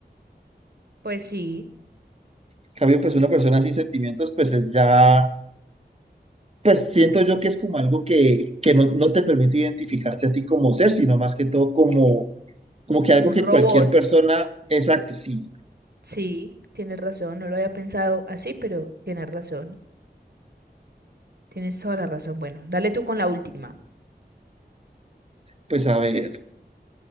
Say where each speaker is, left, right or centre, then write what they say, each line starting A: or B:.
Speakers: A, on the right; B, on the right.
A: Pues sí,
B: En cambio, pues una persona sin sentimientos, pues es ya, pues siento yo que es como algo que, que no, no te permite identificarte a ti como ser, sino más que todo como, como que
A: como
B: algo que
A: un robot.
B: cualquier persona, exacto, sí,
A: Sí, tienes razón, no lo había pensado así, pero tienes razón. Tienes toda la razón. Bueno, dale tú con la última.
B: pues a ver.